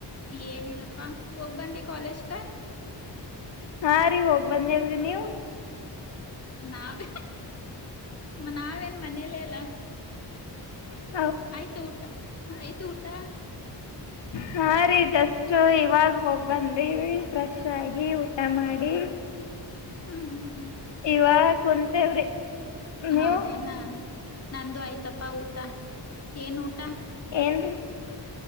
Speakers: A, on the left; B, on the left.
A: ಏನಿಲ್ಲಪ್ಪಾ ಹೋಗ್ ಬಂದಿ ಕಾಲೇಜಕಾ
B: ಹಾರೀ ಹೋಗ್ ಬಂದೆವು ರಿ ನೀವು
A: ನಾವೇ ಮ ನಾವೇನ್ ಮನೆಯಲ್ಲ ಎಲ್ಲ
B: ಹು
A: ಆಯ್ತು ಊಟ ಆಯ್ತ್ ತ್ತು ಊಟಾ
B: ಹಾ ರೀ ಜಸ್ಟ್ ಇವಾಗ ಹೋಗ್ ಬಂದಿವಿ ಫ್ರೆಶ್ ಆಗಿ ಊಟ ಮಾಡಿ
A: ಹ್ಮ್ ಹ್ಮ್
B: ಇವಾಗ್ ಕುಂತೇವ್ರಿ
A: ಹೌದೇನ
B: ನೀವು
A: ನಂದು ಆಯ್ತಪ್ಪ ಊಟ, ಏನ್ ಊಟ?
B: ಏನ್ರೀ